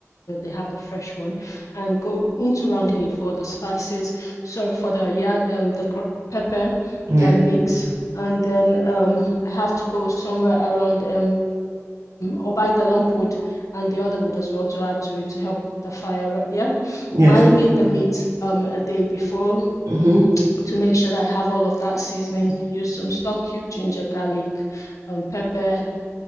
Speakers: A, on the left (about 85°); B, on the right (about 75°).
A: they have the fresh one, and go into Round Hay for the spices. Sorry for the yeah um the gr pepper
B: Yeah.
A: uh, mix, and then um I have to go somewhere around um. um, or buy the lump wood and the other wood as well to add to it to help the fire. Yeah,
B: Yes.
A: marinate the meat um, a day before
B: Mm-hmm.
A: to make sure that I have all of that seasoning. Use some stock cube, ginger, garlic, um, pepper,